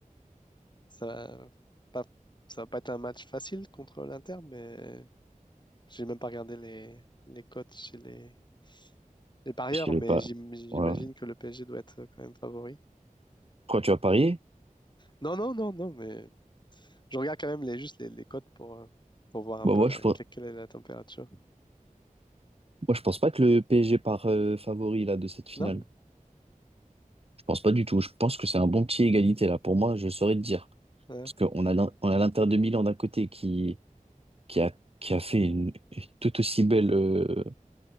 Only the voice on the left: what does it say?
Ça va pas, ça va pas être un match facile contre l'Inter, mais j'ai même pas regardé les, les cotes chez les, les parieurs,
mais
j'im- j'imagine
que le PSG doit être quand même favori.
Non, non, non, non, mais je regarde quand même les, juste les, les cotes pour, euh, pour voir un
peu
la,
que- quelle est la température.
Non?
Ouais,